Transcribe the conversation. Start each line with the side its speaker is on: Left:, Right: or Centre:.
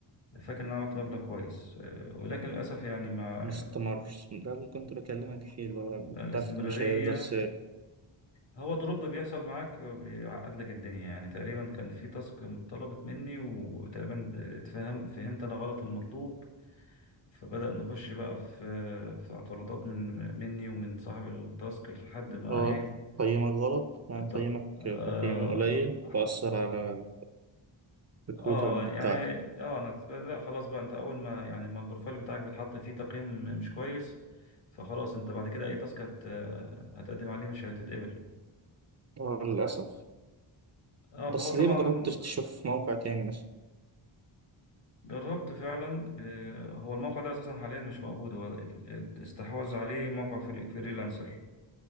Left: ان انا عملت مبلغ كويس آه، ولكن للأسف يعني مع
Right: مستمر ده اللي كنت بكلمك فيه اللي هو الدخل
Left: الاستمرارية
Right: مش هيفضل ثابت
Left: هو دروب بيحصل معاك بيعقد لك الدنيا يعني تقريبا كان في تاسك اتطلبت مني وتقريبا اتفهم فهمت انا غلط المطلوب فبدأ نخش بقى في في اعتراضات من مني ومن صاحب التاسك لحد ما
Right: اه
Left: ايه
Right: قيمك غلط يعني
Left: الت-
Right: قيمك
Left: اه,
Right: تقييم قليل وأثر على الريكروتنج
Left: آه يعني
Right: بتاعتك
Left: اه انا اتب- لا خلاص بقى انت اول ما يعني ما البروفايل بتاعك بيتحط فيه تقييم مش كويس فخلاص انت بعد كده اي تاسك هت- هتقدم عليه مش هتتقبل
Right: اه للأسف
Left: اه
Right: بس
Left: فهو طبعا
Right: ليه ما جربتش تشوف موقع تاني مثلا
Left: جربت فعلا آه، هو الموقع ده اساسا حاليا مش موجود هو ات- استحوذ عليه موقع فري- فريلانسر